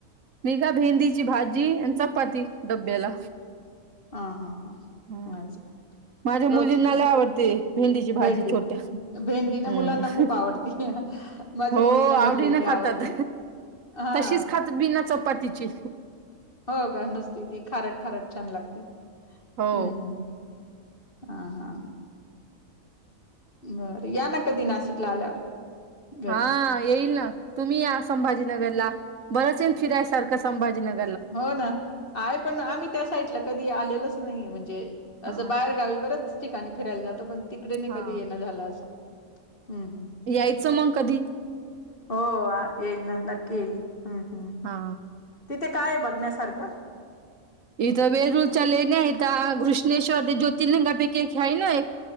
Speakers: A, on the right; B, on the left.
A: मी का भेंडीची भाजी आणि चपाती डब्याला
B: हा हा
A: हम्म
B: असं
A: माझ्या मुलींनाला
B: रोज
A: आवडते भेंडीची भाजी
B: भेंडी
A: छोट्या
B: भेंडी ना मुलांना
A: हम्म
B: खूप आवडती माझ्या
A: हो
B: मुलीला
A: आवडीनी
B: भरलेली आवडती
A: खातात
B: हा
A: तशीच खातात बिना चपातीची
B: हो का नुसती ती खारट खारट छान लागती
A: हो
B: हम्म हम्म. हा हा. बरं या ना कधी नाशिकला आल्यावर
A: हा
B: घरी
A: येईल ना तुम्ही या संभाजीनगरला बरंच येना फिरायसारखं संभाजीनगर
B: हो ना आहे पण आम्ही त्या साईडला कधी आलेलोच नाही म्हणजे
A: हा
B: असं बाहेर गावी बरंच ठिकाणी फिरायला जातो. पण तिकडे न
A: हा
B: कधी येण झालं असं हम्म हम्म
A: यायचं मग कधी
B: हो येईल ना नक्की येईल हम्म हम्म
A: हा
B: तिथे काय बघण्यासारखं
A: इथं वेरूळच्या लेणी आहेत घुश्मेश्वर ज्योतिर्लिंग पैकी ख्याय ना एक